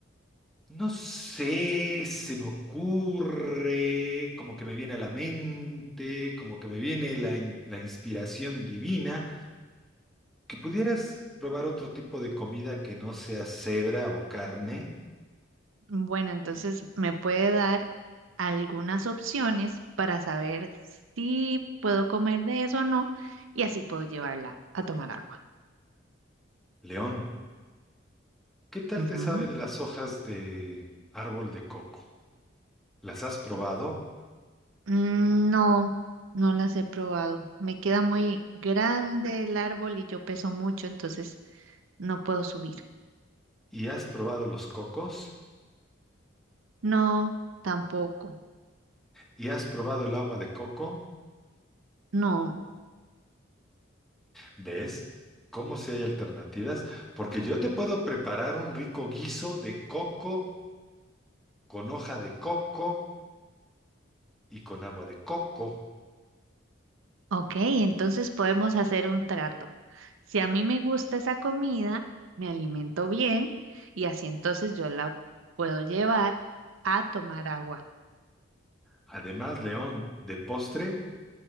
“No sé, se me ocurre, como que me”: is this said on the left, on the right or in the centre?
Centre